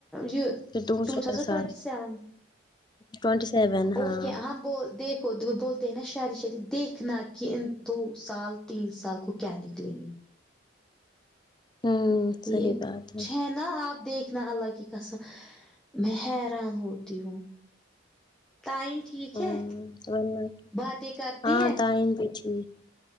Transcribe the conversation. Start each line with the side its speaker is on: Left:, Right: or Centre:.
Centre: یہ
Left: پھر دوسرا
Centre: ٹو تھازن
Left: سال
Centre: ٹونیٹی سیون
Left: ٹوینٹی سیون
Centre: اور
Left: ہاں
Centre: کیا ہم بول دیکھ خود وہ بولتے ہیں نا شادی شادی دیکھنا کہ ان دو سال تین سال کو کیا نکلیں گے
Left: ہوں صحیح
Centre: یہ
Left: بات
Centre: چھ ہے نا آپ دیکھنا الگ قسم میں حیران ہوتی ہوں تعین ٹھیک
Left: ہوں
Centre: ہے
Left: ورنہ کیا۔
Centre: باتیں کرتی
Left: ہاں
Centre: ہیں
Left: ٹائم بھی ٹھیک